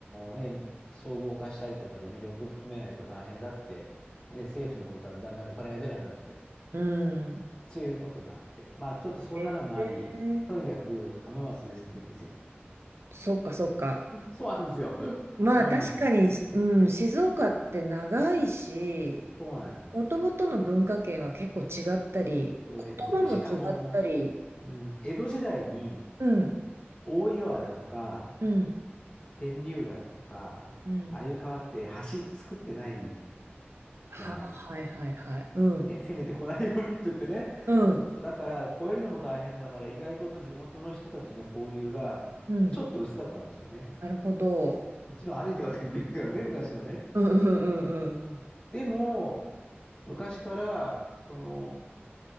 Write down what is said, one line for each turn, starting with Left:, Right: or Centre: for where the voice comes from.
Left: ーね、総合化したりとかで魅力を含めないと大変だって、で、政府の方からもだんだんお金が出なくなって。
Right: うん
Left: ちゅうことがあって。まあ、ちょっとそんなのもあり、
Right: えー、
Left: とにかく浜松ですって言うんですよ。
Right: そっかそっか。
Left: <laughs> そうなんですよ。<laughs>
Right: まあ確かに、
Left: うん。
Right: うん、静岡って長いし、
Left: そうなんです。
Right: もともとの文化圏は結構違ったり、
Left: そうです。
Right: 言葉も違ったり、
Left: で、しかも、うん、江戸時代に
Right: うん、
Left: 大井川だとか、
Right: うん、
Left: 天竜川だとか、
Right: うん。
Left: ああいう川って橋作ってない
Right: は、
Left: じゃないですか。
Right: はいはいはい。うん、
Left: ね、攻めてこないようにって言ってね。
Right: うん、
Left: そう、だから、越えるのも大変だから、意外と地元の人たちの交流がちょっと薄かったんでしょうね。
Right: うん。なるほど。
Left: もちろん歩いていかなきゃいけないからね、昔はね。
Right: <laughs> うんうんうんうん。
Left: うん、でも、昔から、その、